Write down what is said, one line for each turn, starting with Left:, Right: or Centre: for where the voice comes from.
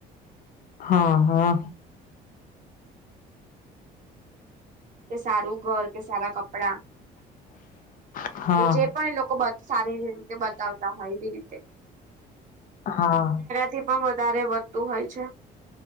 Left: હા હા
Right: કે સારું ઘર કે સારા કપડા
Left: હા.
Right: કે જે પણ એ લોકો સારી રીતે બતાવતા હોય એવી રીતે
Left: હા.
Right: થી પણ વધારે વધતું હોય છે.